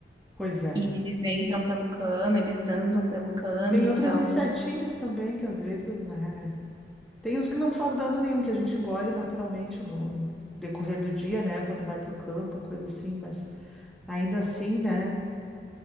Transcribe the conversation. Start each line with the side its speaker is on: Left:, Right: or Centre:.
Centre: Pois é.
Right: E eles entram pelo cano, eles andam pelo cano,
Centre: Tem
Right: então,
Centre: outros insetinhos também que às vezes, né? Tem os que não faz dano nenhum, que a gente engole naturalmente no decorrer do dia, né? Quando vai pro campo, coisa assim, mas ainda assim, né?